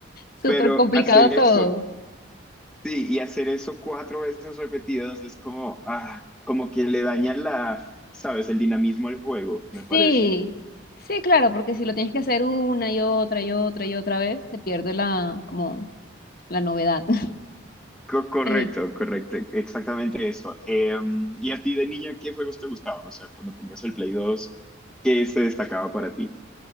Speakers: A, on the left; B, in the centre.
A: súper
B: Pero
A: complicado
B: hacer
A: todo.
B: eso, sí, y hacer eso cuatro veces repetidas es como, ah, como que le daña la, sabes, el dinamismo al juego, me parece.
A: Sí, sí, claro, porque si lo tienes que hacer una y otra y otra y otra vez, se pierde la, como, la novedad. <laughs>
B: Co- correcto,
A: Sí.
B: correcto, exactamente eso. Eh, ¿y a ti de niña qué juegos te gustaban? O sea, cuando tenías el Play 2, ¿qué se destacaba para ti?